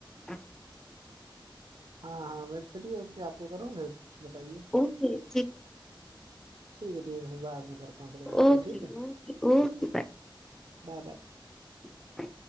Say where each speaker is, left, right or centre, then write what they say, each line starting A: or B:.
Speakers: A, in the centre; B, on the right.
A: اچھا اچھا
B: ہاں ہاں میں فری ہو کے آپ کو کروں پھر بتائیے
A: اوکے ٹھیک ہے
B: ٹھیک ہے ٹھیک ہے پھر بعد میں کرتا ہوں پھر میں آپ
A: okay okay
B: کو ٹھیک ہے
A: okay bye
B: bye bye
A: bye bye